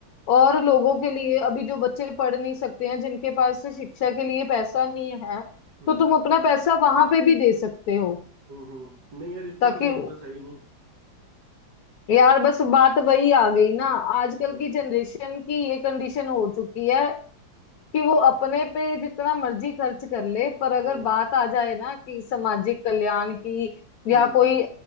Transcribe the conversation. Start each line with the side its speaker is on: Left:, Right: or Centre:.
Left: और लोगों के लिए अभी जो बच्चे पढ़ नहीं सकते हैं जिनके पास से शिक्षा के लिए पैसा नहीं है
Right: हम्म
Left: तो तुम
Right: हम्म
Left: अपना पैसा वहां पे भी दे सकते हो
Right: हम्म हम्म। नहीं यार इतना
Left: ताकि
Right: तो मेरे पास है ही नहीं
Left: यार बस बात वही आ गई ना आजकल
Right: हम्म
Left: की जनरेशन की ये कंडीशन हो चुकी है कि वो अपने पे जितना मर्जी खर्च कर ले पर अगर
Right: हम्म
Left: बात आ जाए ना कि सामाजिक कल्याण की
Right: हम्म।
Left: या कोई